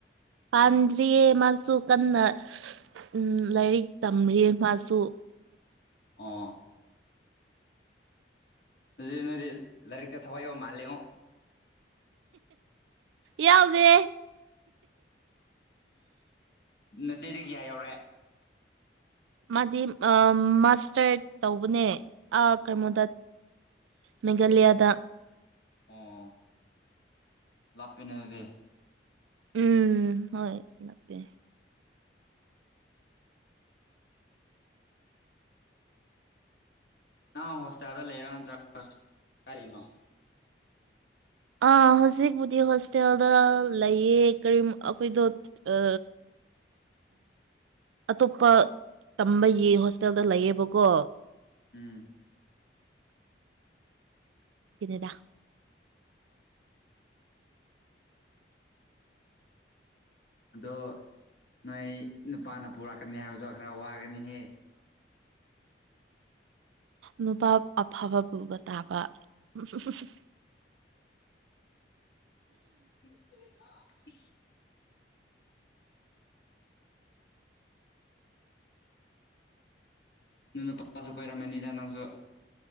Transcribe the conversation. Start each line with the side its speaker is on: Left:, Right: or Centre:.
Right: ꯄꯥꯟꯗꯔꯤꯌꯦꯦ ꯃꯁꯨ ꯀꯟꯅ ꯎꯝ ꯂꯥꯏꯔꯤꯛ ꯇꯝꯔꯤ ꯃꯥꯁꯨ
Left: ꯑꯥ ꯑꯗꯨ ꯅꯗꯤ ꯂꯥꯏꯔꯤꯛꯇ ꯊꯋꯥꯏ ꯌꯥꯎ ꯃꯥꯜꯂꯉꯣ
Right: ꯌꯥꯎꯗꯦ
Left: ꯅꯆ ꯆꯩꯗ ꯀꯌꯥ ꯌꯧꯔꯦ
Right: ꯃꯥꯗꯤ ꯃꯥꯁꯇꯔ ꯇꯧꯕꯅꯦ ꯀꯩꯅꯣꯗ ꯃꯦꯘꯂꯌꯥꯗ
Left: ꯑꯣ ꯂꯞꯄꯦꯅꯦ ꯑꯗꯨꯗꯤ
Right: ꯎꯝ ꯍꯣꯏ ꯆꯂꯥꯛꯄꯦ
Left: ꯅꯪ ꯍꯣꯁꯇꯦꯜꯗ ꯂꯩꯔ ꯅꯠꯇ꯭ꯔꯒ ꯀꯔꯤꯅꯣ
Right: ꯑ ꯍꯧꯖꯤꯛꯄꯕꯨꯗꯤ ꯍꯣꯁꯇꯦꯜꯗ ꯂꯩꯌꯦ ꯀꯔꯤ ꯑꯩꯈꯣꯏꯗꯣ ꯑ ꯑꯇꯣꯞꯄ ꯇꯝꯕꯒꯤ ꯍꯣꯁꯇꯦꯜꯗ ꯂꯩꯌꯦꯕꯀꯣ
Left: ꯎꯝ
Right: ꯗ
Left: ꯑꯗꯣ ꯅꯣꯏ ꯅꯨꯄꯥꯅ ꯄꯨꯔꯛꯀꯅꯤ ꯍꯥꯏꯕꯗꯣ ꯈꯔ ꯋꯥꯒꯅꯤꯍꯦ <unintelligible> <unintelligible>
Right: ꯅꯨꯄꯥ ꯑꯐꯕ ꯄꯨꯕ ꯇꯥꯕ ꯐꯁꯦ
Left: ꯎ ꯅꯅ ꯄꯥꯄꯥꯁꯨ ꯀꯣꯏꯔꯝꯃꯦꯅꯤꯗ ꯅꯪꯁꯨ